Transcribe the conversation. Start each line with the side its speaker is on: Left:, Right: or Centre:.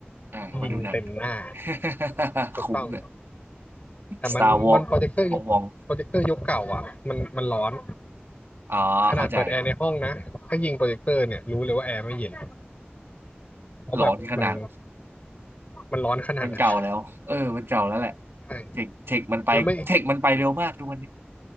Right: อ่ามาดูหนัง
Left: ยิงเต็มหน้า
Right: <laughs>
Left: ถูกต้อง
Right: คุ้มเลย
Left: แต่มันมันโปรเจคเตอร์ยุคโปรเจคเตอร์ยุคเก่าอ่ะมันมันร้อน
Right: Star Wars วองมองอ๋อเข้าใจ
Left: ขนาดเปิดแอร์ในห้องนะถ้ายิงโปรเจคเตอร์เนี่ยรู้เลยว่าแอร์ไม่เย็น เพราะแบบมัน
Right: หลอนขนาด
Left: มันร้อนขนาดนั้น
Right: มันเก่าแล้วเออมันเก่าแล้วแหละ
Left: ใช่
Right: เทคเทคมันไปเทคมันไปเร็วมากทุกวันนี้
Left: แล้วไม่